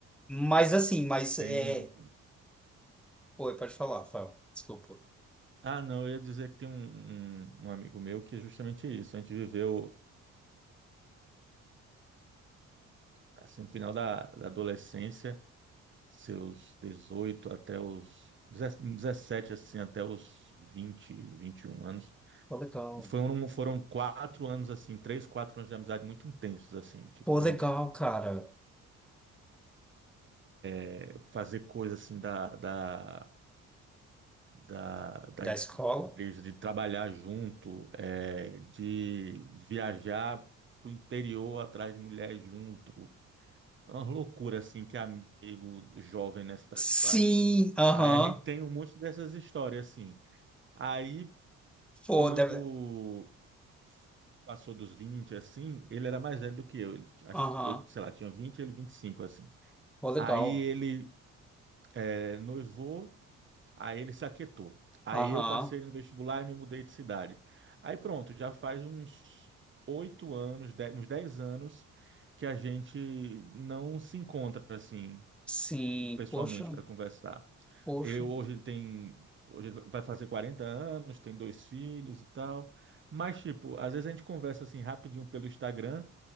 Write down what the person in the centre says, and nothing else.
Mas assim, mas
é.
Pô, pode falar, Fábio. Desculpa.
Pô, legal.
Pô,
legal,
cara.
Da escola.
Sim,
aham.
Pô,
deve...
Aham.
Pô, legal.
Aham.
Sim,
poxa,
poxa.